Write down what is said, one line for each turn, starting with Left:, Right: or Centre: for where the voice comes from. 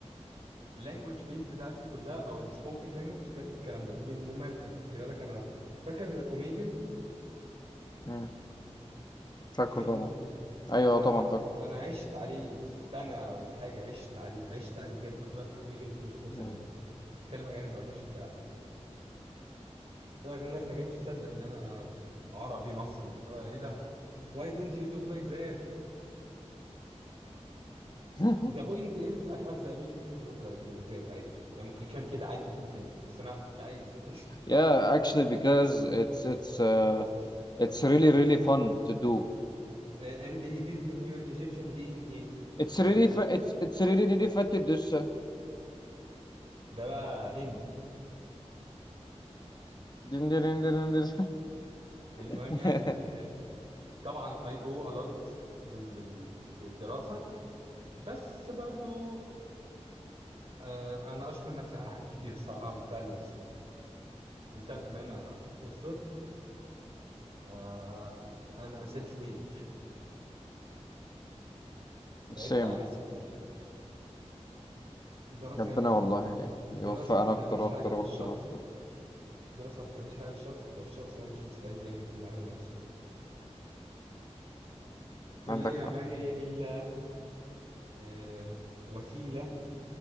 Right: اللانجوج بيز بتاعتي كلها او السبوكن لانجوج جت من الكلام ده من الممارسه خلي بالك انا فاكر اوميجل
Left: مم. فاكره
Right: اوميجل
Left: طبعا
Right: آه،
Left: ايوه طبعا
Right: انا
Left: فاكره
Right: انا عشت عليه سنه ولا حاجه عشت عليه عشت عليه بجد كنت بفتح ميجل 24
Left: مم.
Right: 7 بتكلم اجانب 24 ساعه لكن الناس ما كانتش تصدق ان انا عربي مصري هو ايه ده why don't you talk like that
Left: <laughs>
Right: the point is I have the ability to talk like that عادي يعني ممكن كان كده عادي جدا بس انا مش عايز <laughs>
Left: Yeah, actually, because it's it's uh, it's really really fun to do.
Right: آه، and it is in your Egyptian DNA
Left: It's
Right: فاهم
Left: really fun. It's it's really really fun to do so.
Right: ده بقى هندي
Left: دين دين دين دين دين.
Right: المهم
Left: <laughs>
Right: يعني آه، طبعا I owe a lot بال- لل- للدراسه بس برضو آه انا اشكر نفسي على حاجات كتير الصراحه عملتها لنفسي عملتها الامانه والصدق آه انا سيلف ميد تعبت
Left: سام
Right: على نفسي كتير الدراسه
Left: ربنا
Right: يا ابني
Left: والله يوفقنا
Right: الدراسه ما بتعملش
Left: اكتر واكتر
Right: حاجه للشخص
Left: واكتر واكتر
Right: الدراسه ما بتعملش حاجه للشخص لو الشخص هو مش مستعد يعمل كل حاجه لنفسه الكليه
Left: عندك حق
Right: ما هي الا آه وسيله